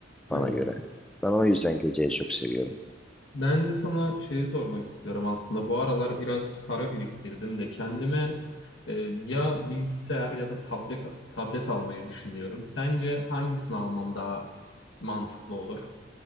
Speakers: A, in the centre; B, on the left (about 65°).
A: bana
B: evet.
A: göre. Ben o yüzden geceyi çok seviyorum.
B: Ben de sana şeyi sormak istiyorum aslında. Bu aralar biraz para biriktirdim de kendime e, ya bilgisayar ya da tablet tablet almayı düşünüyorum. Sence hangisini almam daha mantıklı olur?